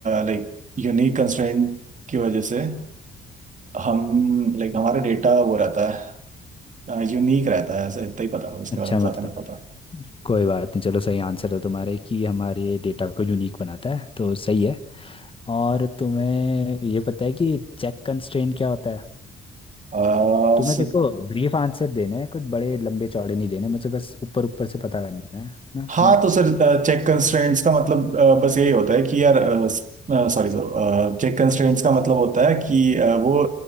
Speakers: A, on the right (about 40°); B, on the left (about 25°).
A: लाइक यूनिक कंस्ट्रेंट की वजह से हम लाइक हमारा डेटा वो रहता है यूनिक रहता है ऐसा इतना ही पता है उसके
B: अच्छा
A: बारे में ज़्यादा
B: मतलब
A: नहीं पता
B: कोई बात नहीं चलो सही आंसर है तुम्हारे कि हमारे डेटा को यूनिक बनाता है तो सही है और तुम्हें ये पता है कि चेक कंस्ट्रेंट क्या होता है
A: अ,
B: तुम्हें
A: सर,
B: देखो ब्रीफ आंसर देने हैं कुछ बड़े लंबे चौड़े नहीं देने मुझे बस ऊपर ऊपर से पता करना है ना
A: हाँ
B: सीन
A: तो सर चेक कंस्ट्रेंट्स का मतलब अ, बस यही होता है कि यार सॉरी सर चेक कंस्ट्रेंट्स का मतलब होता है कि अ, वो